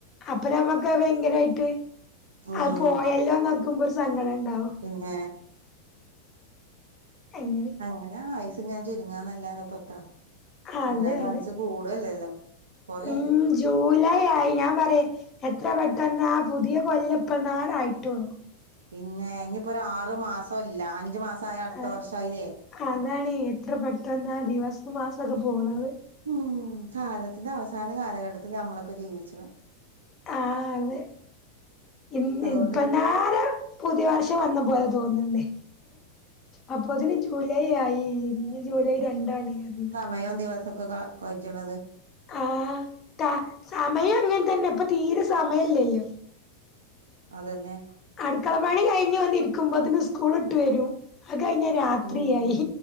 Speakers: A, on the left; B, on the right.
A: അപ്പം നമ്മക്ക് അത് ഭയങ്കരമായിട്ട്
B: ഉം
A: അ പോയല്ലോന്നോർക്കുമ്പോ ഒരു സങ്കടം ഉണ്ടാവും
B: പിന്നേ
A: എങ്ങനെയാ
B: അങ്ങനാ ആയുസ് ഇങ്ങനെ ചുരുങ്ങാന്നല്ലാതെ ഇപ്പെത്താ
A: അതെ
B: എന്തായാലും
A: അതെ
B: ആയുസ് കൂടല്ലല്ലോ കൊറയല്ലേ
A: ഉം ജൂലൈ ആയി ഞാൻ പറയാ എത്ര പെട്ടെന്നാ പുതിയ കൊല്ലപ്പങ്ങാന് ആയിട്ടുള്ളൂ
B: പിന്നേ ഇനിയിപ്പോ ഒരു ആറു മാസം ഇല്ല അഞ്ചു മാസം ആയാ അടുത്ത
A: ആ
B: വർഷമായില്ലേ
A: അതാണ് എത്ര പെട്ടെന്നാ ദിവസം മാസൊക്കെ പോണത്
B: ഉം കാലത്തിന്റെ അവസാന കാലഘട്ടത്തിലാ നമ്മളൊക്കെ ജീവിച്ചണെ
A: ആഹ് അതെ ഇന്ന്
B: അതുകൊണ്ട്
A: ഇപ്പ
B: ഇനി
A: നേരം പുതിയ വർഷം വന്ന പോലെ തോന്നുണ്ടേ അപ്പൊത്തിന് ജൂലൈ ആയി ഇന്നലെ ജൂലൈ രണ്ടാണ് ന്ന് പറയ്ണ്ട്
B: മയോം ദിവസൊക്കെ കജ്ണത്
A: ആഹ് സമയം അങ്ങനെ തന്നെ ഇപ്പൊ തീരെ സമയം ഇല്ലല്ലോ
B: അതന്നെ
A: അടുക്കള പണി കഴിഞ്ഞ് വന്നിരിക്കുമ്പോത്തിന് സ്കൂൾ വിട്ട് വരും അകഴിഞ്ഞ രാത്രിയായി
B: ഉം